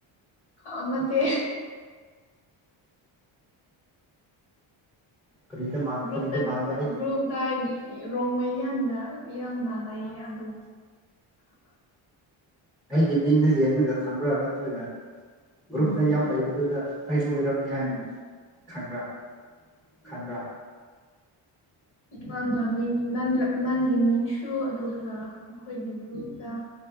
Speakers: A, on the left (about 75°); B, in the centre.
A: ꯍꯟ ꯃ ꯃꯇꯦ
B: ꯀꯔꯤꯗ ꯃꯥꯟ
A: ꯭ꯔꯨꯄ
B: ꯀꯔꯤꯗ ꯃꯥꯟꯕ ꯑꯩ
A: ꯒ꯭ꯔꯨꯄꯗ ꯔꯣꯡꯃꯩ ꯌꯥꯝꯅ ꯌꯥꯝꯅ ꯂꯩꯌꯦ ꯑꯗꯨ
B: ꯑꯩꯒꯤ ꯃꯤꯡꯗ ꯌꯦꯡꯂꯒ ꯈꯪꯕ꯭ꯔꯥ ꯅꯠꯇ꯭ꯔꯒ ꯒ꯭ꯔꯨꯞꯌꯥꯝ ꯂꯩꯕꯗꯨꯗ ꯑꯩꯁꯨ ꯑꯣꯏꯔꯝꯅꯤ ꯍꯥꯏꯅ ꯈꯟꯕ꯭ꯔꯥ ꯈꯟꯕ꯭ꯔꯥ
A: ꯅꯪꯅ ꯃꯤꯡ ꯅꯪꯒ ꯅꯪꯒꯤ ꯃꯤꯡꯁꯨ ꯑꯗꯨꯒ ꯑꯩꯈꯣꯏꯒꯤ ꯔꯗ